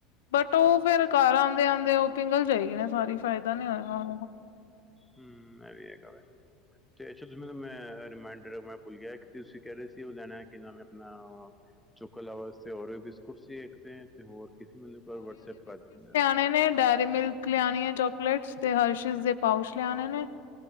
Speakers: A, on the left; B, in the centre.
A: ਬਟ ਉਹ ਫੇਰ ਘਰ ਆਉਂਦੇ ਆਉਂਦੇ ਉਹ ਪਿੰਗਲ ਜਾਏਗੀ ਨਾ ਸਾਰੀ ਫਾਇਦਾ ਨੀ ਹੋਇਗਾ।
B: ਹੂੰ, ਐ ਵੀ ਹੈਗਾ ਵੇ। ਤੇ ਅੱਛਾ ਤੁਸੀਂ ਮੈਨੂੰ ਮੈਂ ਰਿਮਾਇਂਡਰ ਮੈਂ ਭੁੱਲ ਗਿਆ ਏਕ ਕਿ ਤੁਸੀਂ ਕੈ ਰੇ ਸੀ ਓ ਲੈਣਾ ਕਿ ਨਾਮ ਏ ਅਪਨਾ ਅ, ਚੋਕੋ ਲਾਵਾ ਅਸਤੇ ਓਰਿਓ ਬਿਸਕੁਟ ਸੀ ਏਕ ਤੇ ਤੇ ਹੋਰ ਕੀ ਸੀ ਮੈਨੂੰ ਏਕ ਵਾਰ ਵਟਸਐਪ ਕਰ ਦੇਨਾ।
A: ਲੀਆਣੇ ਨੇ ਡ ਡੈਰੀ ਮਿਲਕ ਲਿਆਣੀ ਏ ਚੋਕਲੇਟਸ ਤੇ ਹਰਸ਼ੀਜ਼ ਦੇ ਪਾਊਚ ਲਿਆਣੇ ਨੇ,